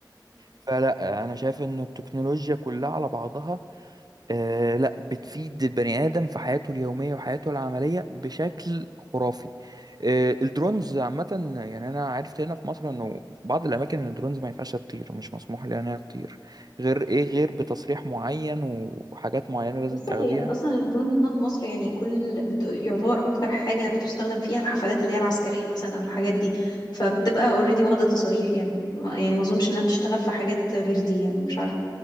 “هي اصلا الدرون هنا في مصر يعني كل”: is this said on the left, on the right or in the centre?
Left